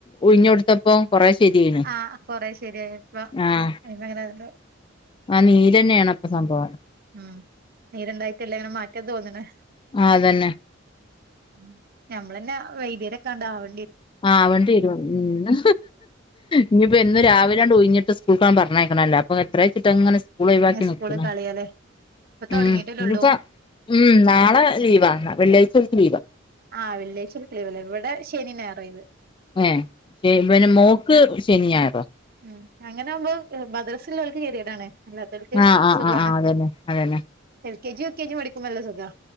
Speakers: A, on the left; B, on the right.
A: ഉഴിഞ്ഞൊടുത്തപ്പോ കൊറെ ശരിയായിണ്.
B: ആഹ കൊറെ ശരിയായി ഇപ്പൊ
A: ആഹ്
B: അങ്ങനെല്ല
A: ആ നീരെന്നെയാണ അപ്പൊ സംഭവം
B: മഉം നേരണ്ടായിട്ടല്ല ഇങ്ങനെ മാറ്റാൻ തോന്ന്ണ്
A: ആ അതന്നെ
B: ഉം.. ഞമ്മളെന്ന വൈദ്യരൊക്കണ്ടാ വണ്ട്യരും.
A: ആഹ് വണ്ടിവരും മ് ഇനി ഇപ്പം എന്നും
B: എന്തായാലും
A: രാവി ണ്ട് ഉയിഞ്ഞ്ട്ട് സ്കൂൾക്ക പറഞ്ഞേക്കണല്ലോ അപ്പ എത്ര വെച്ചിട്ട്ങ്ങനെ സ്‌കൂളൊയ് വാക്കി നിക്ക്ണ്.
B: സ്കൂള് കളിയാല്ലേ ഇപ്പൊ തൊടങ്ങിട്ടല്ലേള്ളൂ
A: ഉം <inaudible> ഉം നാളെ ലീവാന്ന് വെള്ളിയാഴ്ച്ച ഓൽക്ക് ലീവാ
B: ആവെള്ളിയാഴ്ച <unintelligible> ഇവിടെ ശനി ഞായർ ഒഴിവ്
A: ഏ പിന്നെ മോക്ക് ശനിഞായറോ-
B: മ് അങ്ങനാവുമ്പോ മദ്രസുള്ളവർക്ക് ഗതികേടാണ് അല്ലാത്തോർക്ക്
A: ആഹ് ആഹ്
B: സുഖാണ്
A: ആഹ് ആഹ് അതന്നെ അതന്നെ
B: L K G U K G പഠിക്കുമ്പോല്ല സുഖാ